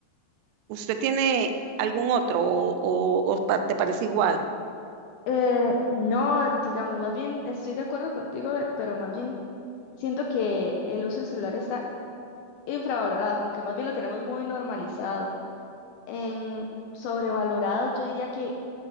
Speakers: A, on the right; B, on the left.
A: ¿Usted tiene algún otro o, o o pa- te parece igual?
B: Eh, no, digamos, más bien estoy de acuerdo contigo, eh, pero más bien siento que el uso del celular está infravalorado, como que más bien lo tenemos muy normalizado. En sobrevalorado, yo diría que